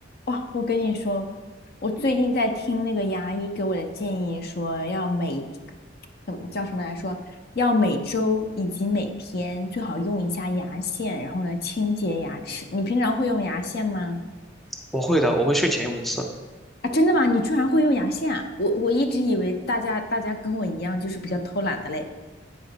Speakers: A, on the left (about 55°); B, in the centre.
A: 哇，我跟你说，我最近在听那个牙医给我的建议，说要每，怎么叫什么来说，要每周以及每天最好用一下牙线，然后呢清洁牙齿。你平常会用牙线吗？
B: 我会的，我会睡前用一次。
A: 啊，真的吗？你居然会用牙线啊？我我一直以为大家大家跟我一样，就是比较偷懒的嘞。